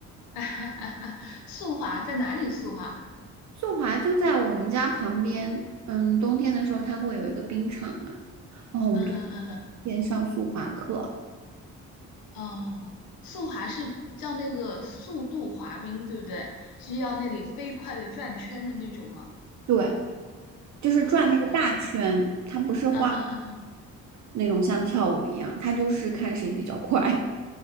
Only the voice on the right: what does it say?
<laughs> 速滑就在我们家旁边，嗯，冬天的时候它会有一个冰场嘛，然后我们就天天上速滑课。
对。就是转那个大圈，
它不是花
那种像跳舞一样，它就是看谁比较快 <laughs>